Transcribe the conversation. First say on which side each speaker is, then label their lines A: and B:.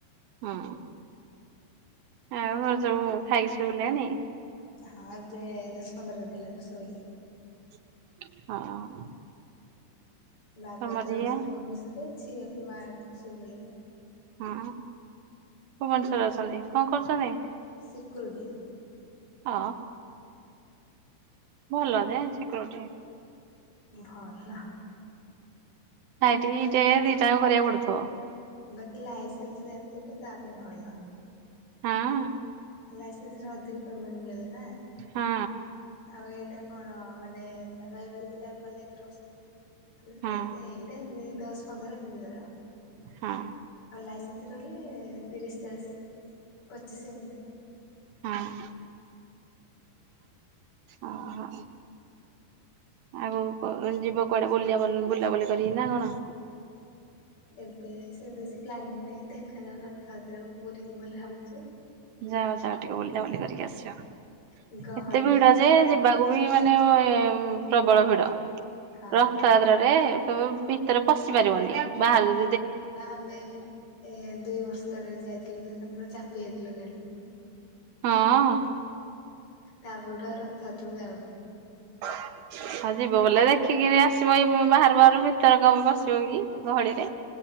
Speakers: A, on the right; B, on the left.
A: ହଁ, ଆଉ ଘରେ ସବୁ ଖାଇକି ଶୋଇଲେଣି?
B: ହଁ ଏବେ ଦଶ ପନ୍ଦର ମିନିଟ୍ ହେଲା ସବୁ ଶୋଇଲେ।
A: ହଁ।
B: ବାବା
A: ତମ
B: ତ
A: ଝିଅ?
B: ରହୁଛନ୍ତି ଭୁବନେଶ୍ଵରରେ, ଝିଅକୁ ମା ଶୋଇପଡ଼ିଲେଣି ଆଉ।
A: ହଁ ଭୁବନେଶ୍ୱରରେ ଅଛନ୍ତି, କଣ କରୁଛନ୍ତି?
B: ସିକ୍ୟୁରିଟି।
A: ଆ ଭଲ ଯେ ସିକ୍ୟୁରିଟି।
B: ଭଲ।
A: ନାଇଟ ଡେ ଦିଟା ଯାକ କରିବାକୁ ପଡୁଥିବ।
B: ବାକି ଲାଇସେନ୍ସ ଯାହାର ଥିବ ତା ପାଇଁ ଭଲ।
A: ହଁ?
B: ଲାଇସେନ୍ସରେ ଅଧିକ ପେମେଣ୍ଟ ମିଳବ ନା।
A: ହଁ
B: ଆଉ ଏଇଟା କଣ, ମାନେ ବାବା ଏମିତି ନର୍ମାଲି ଯାଇକି ରହୁଛନ୍ତି। ସେଇଥିପାଇଁ
A: ହଁ
B: ଏଇଟା ହିଁ ହୁଏ ଦଶ ପନ୍ଦର ଏମିତି ମିଳିବ।
A: ହଁ।
B: ଆଉ ଲାଇସେନ୍ସ ରହିଲେ ତିରିଶ ଚାଳିଶ ପଚିଶ ଏମିତି
A: ହଁ, ଓ ହୋ। ଆଗକୁ କଉ ଯିବ କୁଆଡେ ବୁଲିବା-ବୁଲ ବୁଲାବୁଲି କରି ନା କଣ?
B: ଏବେ ସେମିତି କିଛି ପ୍ଲାନିଂ ନାହିଁ, ଦେଖାଯାଉ ରଥଯାତ୍ରାକୁ ପୁରୀ ଯିବୁ ବୋଲି ଭାବୁଛି।
A: ଯାଅ ଯାଅ ଟିକେ ବୁଲାବୁଲି କରିକି ଆସିବ,
B: ବି ଗହଳି
A: ଏତେ ଭିଡ
B: ପାଇଁ
A: ଯେ ଯିବାକୁ ବି ମାନେ ହୁଏ ପ୍ରବଳ ଭିଡ,
B: ହଁ
A: ରଥଯାତ୍ରାରେ ତମେ ଭିତରେ ପଶି ପାରିବନି, ବାହାରୁ
B: ହଁ ବା ଆମେ ଏ ଦୁଇ ବର୍ଷ ତଳେ ଯାଇଥିଲୁ ଯେ ମାନେ ପୁରା ଚାପି ହେଇଥିଲୁ ଖାଲି।
A: ହଁ?
B: ତାପରଠୁ ଆଉ ରଥଯାତ୍ରାକୁ ଯାଉନୁ।
A: <unintelligible> ହଁ ଯିବ ବୋଲେ ଦେଖିକିରି ଆସିବ ଏଇ ବାହାରୁ ବାହାରୁ, ଭିତର କଣପାଇଁ ପଶିବ କି ଗହଳିରେ?